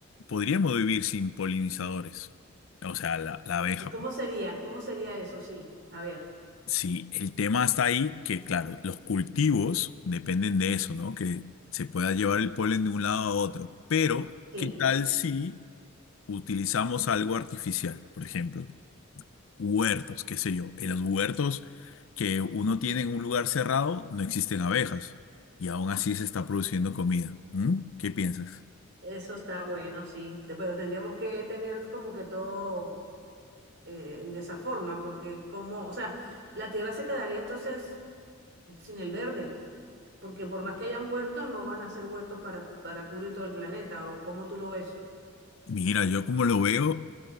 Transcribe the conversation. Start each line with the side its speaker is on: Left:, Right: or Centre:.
Left: podríamos vivir sin polinizadores, o sea, la, la abeja.
Right: Eh, ¿Cómo sería? ¿Cómo sería eso? Sí, a ver,
Left: Sí, el tema está ahí que, claro, los cultivos dependen de eso, ¿no? Que se pueda llevar el polen de un lado a otro, pero
Right: sí,
Left: ¿qué tal si utilizamos algo artificial, por ejemplo? huertos, qué sé yo. En los huertos que uno tiene en un lugar cerrado no existen abejas y aún así se está produciendo comida. ¿Mm? ¿Qué piensas?
Right: eso está bueno, sí, te- pero tendríamos que tener como que todo eh, de esa forma, porque como, o sea, la tierra se quedaría entonces sin el verde, porque por más que haya un huerto, no van a ser huertos para, para cubrir todo el planeta, o como tú lo ves.
Left: Mira, yo como lo veo,